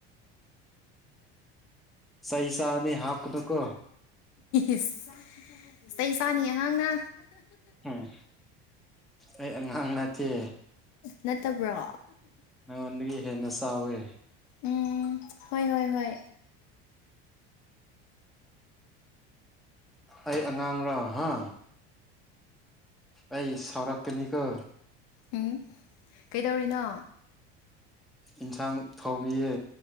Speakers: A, in the centre; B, on the left.
A: ꯆꯩ ꯆꯥꯒꯅꯤ ꯍꯥꯞꯒꯅꯨꯀꯣ
B: ꯏꯁ ꯆꯩ ꯆꯥꯅꯤ ꯑꯉꯥꯡꯅ
A: ꯎꯝ ꯑꯩ ꯑꯉꯥꯡ ꯅꯠꯇꯦ
B: ꯅꯠꯇꯕ꯭ꯔꯣ
A: ꯅꯪꯉꯣꯟꯗꯒꯤ ꯍꯦꯟꯅ ꯆꯥꯎꯋꯦ
B: ꯎꯝ ꯍꯣꯏ ꯍꯣꯏ ꯍꯣꯏ
A: ꯑꯩ ꯑꯉꯥꯡ꯭ꯔꯣ ꯍꯥ ꯑꯩ ꯁꯥꯎꯔꯛꯀꯅꯤꯀꯣ꯫
B: ꯎꯝ ꯀꯩꯗꯧꯔꯤꯅꯣ꯫
A: ꯏꯟꯁꯥꯡ ꯊꯣꯡꯉꯤꯌꯦ꯫